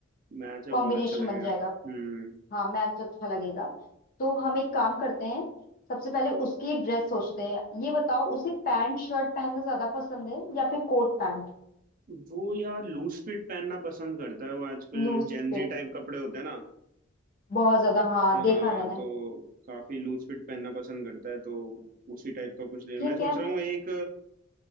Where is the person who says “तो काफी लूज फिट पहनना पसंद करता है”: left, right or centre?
Right